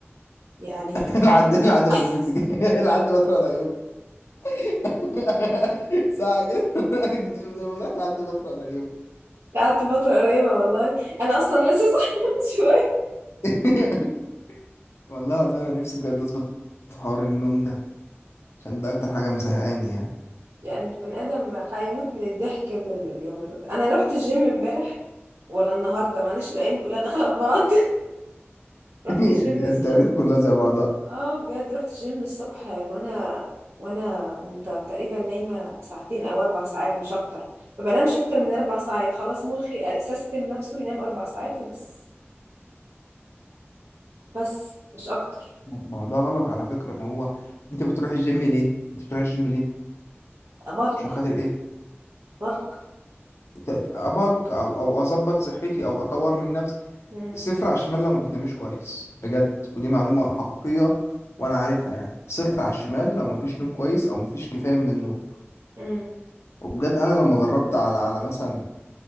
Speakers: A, on the right (about 80°); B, on the left (about 75°).
A: يعني
B: <laughs> لحد لحد
A: <laughs>
B: ما البروجكت جه <laughs> لحد ما تروح على يوم <laughs> ساعه كده <laughs> زي ما قلت، لحد ما تروح على يوم
A: قعدت فترة قريبة والله أنا أصلا لسه <laughs> صاحية من شوية
B: <laughs> والله العظيم انا نفسي بجد اظبط حوار النوم ده عشان ده اكتر حاجه مزهقاني يعني
A: يعني البني آدم هيموت من الضحك من اللي بيعمله ده أنا رحت الجيم امبارح ولا النهاردة معلش الأيام كلها داخلة في بعض <laughs> رحت
B: <laughs>
A: الجيم الصبح
B: التاريخ كلها زي بعضها
A: اه بجد رحت الجيم الصبح وأنا وأنا مت- تقريبا نايمة ساعتين أو أربع ساعات مش أكتر ما بنامش أكتر من أربع ساعات خلاص مخي سيستم نفسه ينام أربع ساعات وبس بس مش أكتر
B: ما ما هو ده غلط على فكرة ما هو انت بتروح الجيم ليه انت بتروح الجيم ليه
A: بلق
B: عشان خاطر ايه
A: بلق
B: ت- ت- ابلك او او اظبط صحتي او اطور من نفسي
A: مم.
B: صفر على الشمال لو ما بتنامش كويس بجد ودي معلومة حقيقية وانا عارفها يعني صفر على الشمال لو ما فيش نوم كويس او ما فيش كفاية من النوم
A: مم.
B: وبجد انا لما جربت على على مثلا